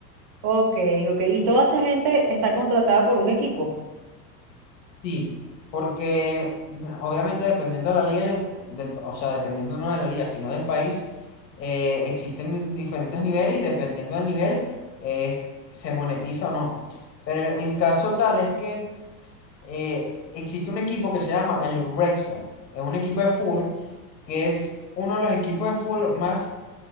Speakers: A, on the right; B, on the left.
A: Ok, ok. ¿Y toda esa gente está contratada por un equipo?
B: Sí, porque obviamente dependiendo de la liga y del, del- o sea, dependiendo no de la liga, sino del país, eh, existen diferentes niveles y dependiendo del nivel, eh, se monetiza o no. Pero el, el caso tal es que eh, existe un equipo que se llama el Wrexham, es un equipo de fútbol que es uno de los equipos de fútbol más